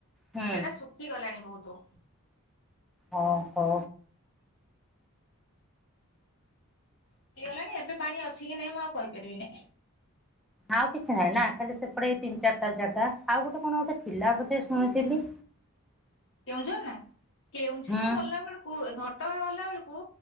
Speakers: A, in the centre; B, on the left.
A: ହୁଁ
B: ସେଟା ଶୁଖିଗଲାଣି ବହୁତୁ।
A: ଓହୋ।
B: ଶୁଖିଗଲାଣି ଏବେ ପାଣି ଅଛି କି ନାଇଁ ମୁଁ ଆଉ କହିପାରିବିିନି।
A: ଆଉ କିଛି ନାହିଁ ନା ଖାଲି ସେପଟେ ଏଇ ତିନି ଚାରିଟା ଜାଗା ଆଉ ଗୋଟେ କଣ ଗୋଟେ ଥିଲା ବୋଧେ ଶୁଣୁଥିଲି?
B: କେଉଁଝର ନା କେଉଁଝର
A: ହୁଁ
B: ଗଲାବେଳୁ କୁ ଘଟଗାଁ ଗଲା ବେଳକୁ